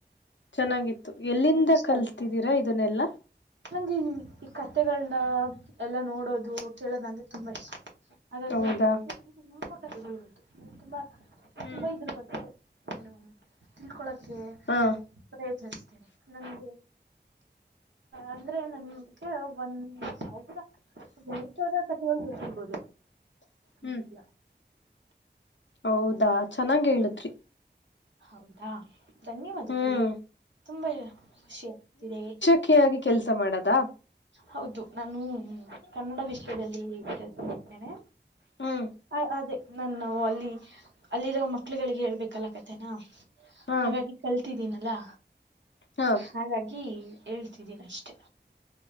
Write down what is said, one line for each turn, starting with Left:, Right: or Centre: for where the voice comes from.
Left: ಚೆನ್ನಾಗಿತ್ತು ಎಲ್ಲಿಂದ
Right: ನಿಂಗ್ ಇಷ್ಟ
Left: ಕಲ್ತಿದ್ದೀರಾ
Right: ಆಯ್ತಾ
Left: ಇದುನ್ನೆಲ್ಲ
Right: ನಂಗೆ ಈ ಈ ಕತೆಗಳ್ನ ಎಲ್ಲ ನೋಡೋದು ಕೇಳೋದಂದ್ರೆ ತುಂಬಾ ಇಷ್ ಹಾಗಾಗಿ
Left: ಹೌದಾ
Right: ನಂಗ್ ತುಂಬಾ ಕಥೆಗಳ್ ಗೊತ್ತು ನಾನ್ ತುಂಬಾ
Left: ಹ್ಮ್
Right: ತುಂಬ ಇದ್ರು ಬಗ್ಗೆ ಏನು ತಿಳ್ಕೊಳಕ್ಕೆ
Left: ಹಾ
Right: ಪ್ರಯತ್ನಿಸ್ತೇನೆ ನಂಗೆ ಅಂದ್ರೆ ನನ್ಗೆ ಒಂದ್ ಸಾವಿರ ಒಂದೆರಡ್ ಸಾವ್ರ ಕಥೆಗಳ್ ಗೊತ್ತಿರ್ರ್ಬೋದು
Left: ಹ್ಮ್
Right: ಗೊತ್ತಿಲ್ಲ.
Left: ಹೌದಾ ಚೆನ್ನಾಗೇಳುದ್ರಿ
Right: ಹೌದಾ ಧನ್ಯವಾದಗಳು
Left: ಹ್ಮ್
Right: ತುಂಬಾ ಖುಷಿ ಆಗ್ತಿದೆ
Left: ಮುಖ ಆಗಿ ಕೆಲಸ ಮಾಡದಾ
Right: ಹೌದು ನಾನು ಕನ್ನಡ ವಿಷ್ಯದಲ್ಲಿದ್ದೇನೆ
Left: ಹ್ಮ್
Right: ಹ ಅದೇ ನಾನ ಅಲ್ಲಿ ಅಲ್ಲಿರೋ ಮಕ್ಳುಗಳಿಗೆ ಹೇಳ್ಬೇಕಲ್ಲ ಕತೆೇನಾ
Left: ಹಾ
Right: ಹಾಗಾಗಿ ಕಲ್ತಿದ್ದೀನಲ್ಲಾ
Left: ಹಾ
Right: ಹಾಗಾಗಿ ಹೇಳ್ತಿದ್ದೀನಿ ಅಷ್ಟೆ